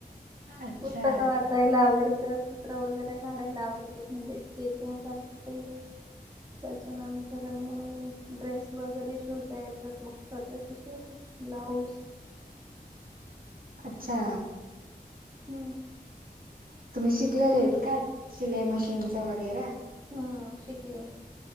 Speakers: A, on the right; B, on the right.
A: अच्छा.
B: पुस्तक वाच वाचायला आवडत चित्र वगैरे काढायला आवडत म्हणजे स्केचिंग करते त्याच्यानंतर आणि ड्रेस वगैरे शिवता येतात मग स्वतःचे शिवते ब्लाऊज
A: अच्छा
B: हम्म
A: तुम्ही शिकलेले आहेत काय शिलाई मशीनच वगैरा
B: ह शिकले